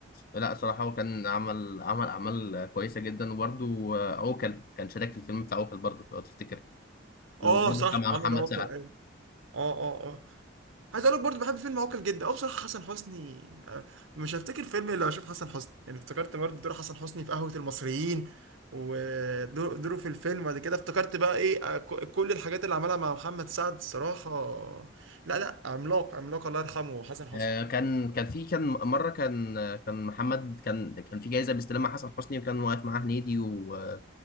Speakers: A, on the left; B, on the right.
A: لا صراحة هو كان عمل عمل أعمال كويسة جدا وبرده عوكل كان شارك في الفيلم بتاع عوكل برضه لو تفتكر
B: اه
A: وبرده
B: صح
A: كان مع
B: عمل
A: محمد
B: عوكل
A: سعد
B: ايوه اه اه اه عايز اقول لك برضه بحب فيلم عوكل جدا اه بصراحه حسن حسني آه، مش هفتكر فيلم الا اشوف حسن حسني يعني افتكرت برضه دور حسن حسني في قهوه المصريين ودوره في الفيلم بعد كده افتكرت بقى ايه آه، ك- كل الحاجات اللي عملها مع محمد سعد الصراحه لا لا عملاق عملاق الله يرحمه حسن حسني
A: آه، كان كان في كان مرة كان كان محمد كان كان في جايزة بيستلمها حسن حسني وكان واقف معاه هنيدي و-